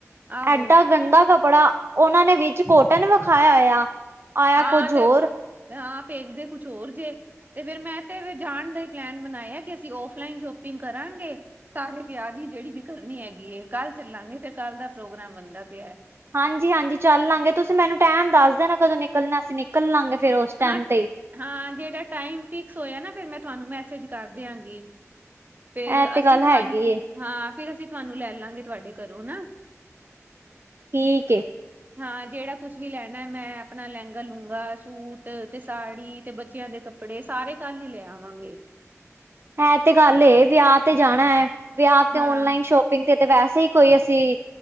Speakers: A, on the right (about 35°); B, on the right (about 50°).
A: ਆਹੋ
B: ਐਡਾ ਗੰਦਾ ਕੱਪ ਬੜਾ, ਉਹਨਾਂ ਨੇ ਵਿੱਚ ਕੋਟਨ ਵਿਖਾਇਆ ਹੋਇਆ। ਆਇਆ
A: ਹਾਂ
B: ਕੁੱਝ
A: ਤੇ,
B: ਹੋਰ
A: ਹਾਂ ਭੇਜਦੇ ਕੁਛ ਹੋਰ ਜੇ। ਤੇ ਫਿਰ ਮੈਂ ਤੇ ਜਾਣ ਦਾ ਈ ਪਲੈਨ ਬਣਾਇਐ ਕਿ ਅਸੀਂ ਔਫਲਾਈਨ ਸ਼ੋਪਿੰਗ ਕਰਾਂਗੇ। ਸਾਰੇ ਵਿਆਹ ਦੀ ਜਿਹੜੀ ਵੀ ਕਰਨੀ ਹੈਗੀ ਏ ਕੱਲ੍ਹ ਚੱਲਾਂਗੇ ਫੇਰ ਕੱਲ ਦਾ ਪ੍ਰੋਗਰਾਮ ਬਣਦਾ ਪਿਐ।
B: ਹਾਂਜੀ ਹਾਂਜੀ, ਚੱਲ ਲਾਂਗੇ ਤੁਸੀਂ ਮੈਨੂੰ ਟੈਮ ਦੱਸ ਦੇਣਾ ਕਦੋਂ ਨਿਕਲਣੈ, ਅਸੀਂ ਨਿਕਲ ਲਾਂਗੇ ਫੇਰ ਉਸ ਟੈਮ
A: ਹਾਂ
B: ਤੇ।
A: ਹਾਂ ਜਿਹੜਾ ਟਾਈਮ ਫਿਕਸ ਹੋਇਆ ਨਾ ਫਿਰ ਮੈਂ ਤੁਹਾਨੂੰ ਮੈਸੇਜ ਕਰ ਦਿਆਂਗੀ। ਫੇਰ
B: ਐ ਤੇ
A: ਅਸੀਂ
B: ਗੱਲ
A: ਤੁਹਾਨੂੰ,
B: ਹੈਗੀ ਏ
A: ਹਾਂ ਫਿਰ ਅਸੀਂ ਤੁਹਾਨੂੰ ਲੈ ਲਵਾਂਗੇ ਤੁਹਾਡੇ ਘਰੋਂ ਨਾ।
B: ਠੀਕ ਏ।
A: ਹਾਂ ਜਿਹੜਾ ਕੁਛ ਵੀ ਲੈਣੈ ਆਪਣਾ ਲਹਿੰਗਾ -ਲੂੰਗਾ ਸੂਟ ਤੇ ਸਾੜੀ ਤੇ ਬੱਚਿਆਂ ਦੇ ਕੱਪੜੇ ਸਾਰੇ ਕੱਲ੍ਹ ਈ ਲੈ ਆਵਾਂਗੇ।
B: ਇਹ ਤੇ ਗੱਲ ਏ ਵਿਆਹ ਤੇ ਜਾਣੈ ਵਿਆਹ ਤੇ
A: ਹਾਂ
B: ਔਨਲਾਈਨ ਸ਼ੋਪ ਪਿੰਗ ਤੇ ਤੇ ਵੈਸੇ ਹੀ ਕੋਈ ਅਸੀਂ